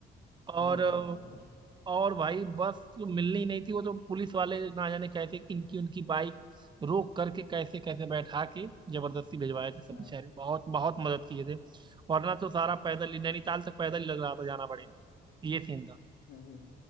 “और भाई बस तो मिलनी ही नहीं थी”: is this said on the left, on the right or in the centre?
Right